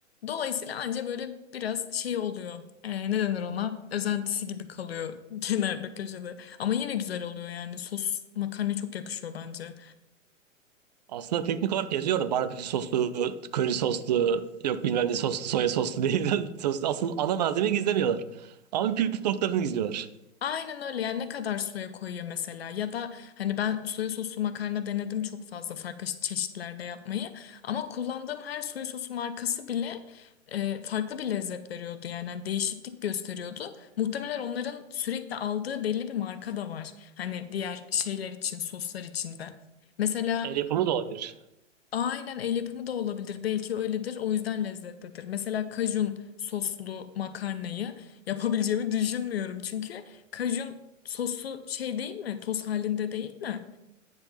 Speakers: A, on the left; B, on the right.
A: Dolayısıyla anca böyle biraz şey oluyor. Ee, ne denir ona? Özentisi gibi kalıyor <laughs> kenarda köşede. Ama yine güzel oluyor yani. Sos makarnaya çok yakışıyor bence.
B: Aslında teknik olarak yazıyor da barbekü soslu, köri soslu, yok bilmem ne soslu, soya soslu diye. <laughs> Soslu. Aslında ana malzemeyi gizlemiyorlar. Ama püf noktalarını gizliyorlar.
A: Aynen öyle yani ne kadar soya koyuyor mesela ya da hani ben soya soslu makarna denedim çok fazla farklı çeşitlerde yapmayı ama kullandığım her soya sosu markası bile e, farklı bir lezzet veriyordu yani Hani değişiklik gösteriyordu. Muhtemelen onların sürekli aldığı belli bir marka da var hani diğer şeyler için soslar için de. Mesela
B: El yapımı da olabilir.
A: Aynen el yapımı da olabilir. Belki öyledir. O yüzden lezzetlidir. Mesela kajun soslu makarnayı yapabileceğimi düşünmüyorum. Çünkü kajun sosu şey değil mi? Toz halinde değil mi?